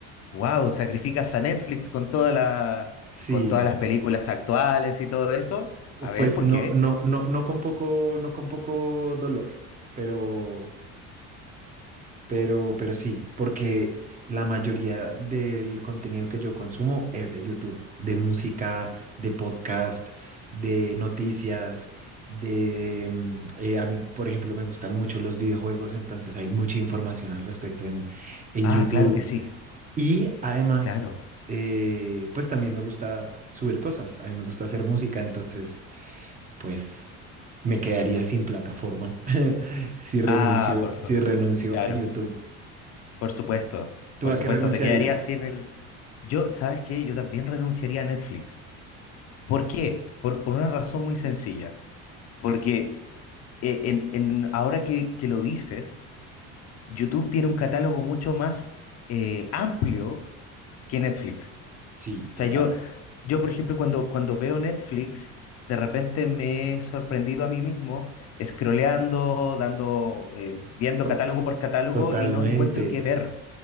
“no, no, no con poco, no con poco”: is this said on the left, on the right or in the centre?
Right